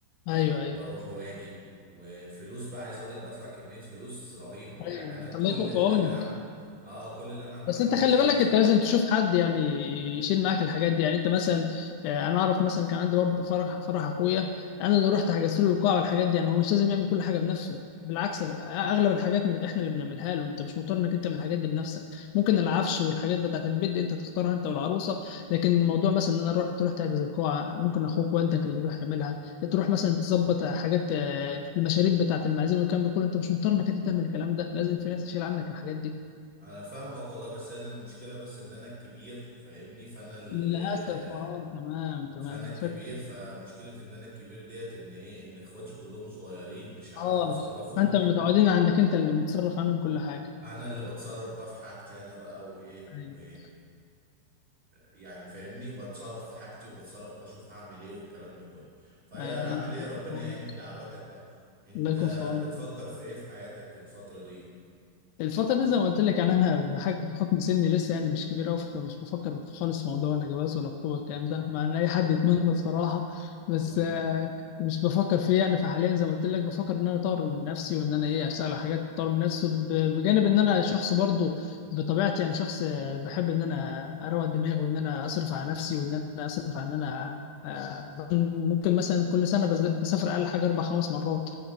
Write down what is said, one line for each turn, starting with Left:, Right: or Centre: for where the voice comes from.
Right: آه،
Left: ايوه
Right: وبروح
Left: ايوه
Right: واجي وفلوس بقى عايز اقول لك بدفع كمية فلوس رهيبة يعني
Left: ايوه
Right: انا كل
Left: الله يكون في
Right: اللي
Left: عونك
Right: انا عم اه كل اللي انا عمال
Left: بس
Right: احوشه
Left: انت خلي بالك
Right: وبدفعه
Left: انت لازم تشوف حد يعني يشيل معاك الحاجات دي يعني انت مثلا آه، انا اعرف مثلا كان عندي برضه فرح فرح اخويا انا اللي رحت حجزت له القاعه والحاجات دي يعني هو مش لازم يعمل كل حاجه بنفسه بالعكس اغلب الحاجات من- احنا اللي بنعملها له انت مش مضطر انك انت تعمل الحاجات دي بنفسك ممكن العفش والحاجات بتاعت البيت دي انت تختارها انت والعروسه لكن الموضوع مثلا ان انا رو- تروح تحجز القاعه ممكن اخوك والدك اللي يروح يعملها تروح مثلا تظبط حاجات آه، المشاريب بتاعت المعازيم والكلام ده كله انت مش مضطر انك انت تعمل الكلام ده لازم في ناس تشيل عنك الحاجات دي
Right: انا فاهمك والله بس انا المشكله بس ان انا الكبير فاهمني فانا ال-
Left: للأسف اه تمام تمام
Right: فانا الكبير
Left: فت...
Right: فمشكله ان انا الكبير ديت ان ايه ان اخواتي كلهم صغيرين مش هيعرفوا
Left: اه
Right: يتصرفوا
Left: فأنت متعودين على إنك أنت اللي متصرف عنهم كل حاجة
Right: انا اللي بتصرف بقى في حاجتي انا بقى وايه و
Left: أيوه
Right: يعني فاهمني وبتصرف في حاجتي وبتصرف بشوف هعمل ايه والكلام ده كله فيا
Left: أيوه لا
Right: هعمل
Left: الله
Right: ايه
Left: يكون
Right: ربنا
Left: في عونك
Right: يعيني دعواتك بقى انت
Left: الله يكون في عونك
Right: بتفكر في ايه في حياتك الفتره دي
Left: الفترة دي زي ما قلت لك يعني أنا بحك- بحكم سني لسه يعني مش كبير أوي فمش بفكر خالص في موضوع ولا جواز ولا خطوبة الكلام ده مع إن أي حد يتمنى بصراحة
Right: مم.
Left: بس آه، مش بفكر فيه يعني فحاليا زي ما قلت لك بفكر إن أنا أطور من نفسي وإن أنا إيه أشتغل على حاجات تطور من نفسي ب- بجانب إن أنا شخص برضه بطبيعتي يعني شخص آه، بحب إن أنا أروق دماغي وإن أنا أصرف على
Right: مم.
Left: نفسي وإن أنا أصرف على إن أنا آه، ممكن مثلا كل سنة بز- بسافر أقل حاجة أربع خمس مرات